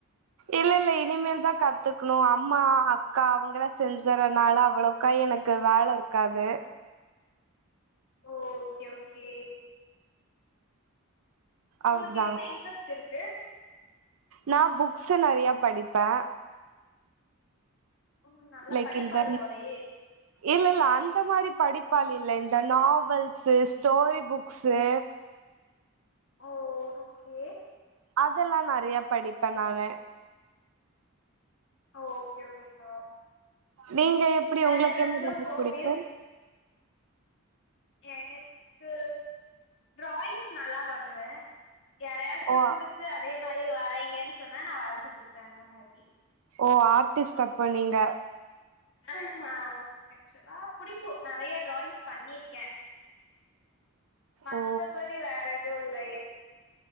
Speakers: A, on the right; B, on the left.
A: இல்ல இல்ல இனிமேல்தா கத்துக்ணு அம்மா அக்கா அவங்கலா செஞ்சிறனால அவ்ளோ க எனக்கு வேல இருக்காது
B: ஓகே ஓகே உங்களுக்கு
A: அவ்ளதா
B: எதுல இன்ட்ரெஸ்ட் இருக்கு
A: நா புக்ஸ் நெறயா படிப்பே
B: ம் நல்லா
A: லைக்
B: படிப்பாளி
A: இந்த
B: போலயே
A: இல்ல இல்ல அந்த மாரி படிப்பாளி இல்ல இந்த நாவல்ஸு ஸ்டோரி புக்ஸூ
B: ஓ ஓகே
A: அதெல்லா நெறயா படிப்பே நானு
B: ஓகே ஓகேக்கா
A: நீங்க எப்டி
B: வேற
A: உங்களுக்கு
B: எதாச்சு
A: என்ன ரொம்ப
B: ஹோபிஸ்
A: புடிக்கு
B: என க்கு ட்ராயிங்ஸ் நல்லா பண்ணுவே யாராயச்சு
A: ஓ
B: குடுத் து அதே மாரி வரைங்கன் சொன்னா நா வரைஞ்சு குடுப்பே அந்த மாரி
A: ஓ ஆட்டிஸ்ட் அப்போ நீங்க
B: அஹ ஆக்சுவலா புடிக்கு நெறயா ட்ராயிங்ஸ் பண்ணிருக்கே மத்தபடி
A: ஓ
B: வேற எதுவு இல்லை